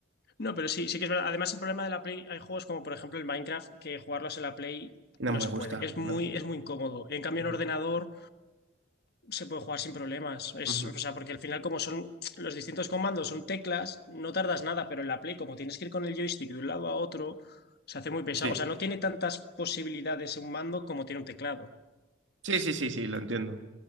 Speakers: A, on the left (about 55°); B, on the right (about 70°).
A: No, pero sí, sí que es verdad. Además, el problema de la Play, hay juegos como por ejemplo el Minecraft, que jugarlos en la Play
B: No
A: no
B: me
A: se
B: gusta,
A: puede. Es muy,
B: no.
A: es muy incómodo. En cambio,
B: Ujú,
A: en ordenador se puede jugar sin problemas. Es,
B: ujú.
A: o sea, porque al final, como son los distintos comandos, son teclas, no tardas nada, pero en la Play, como tienes que ir con el joystick de un lado a otro, se hace muy pesado.
B: Sí,
A: O sea, no tiene tantas posibilidades un mando como tiene un teclado.
B: sí, sí, sí, sí, lo entiendo.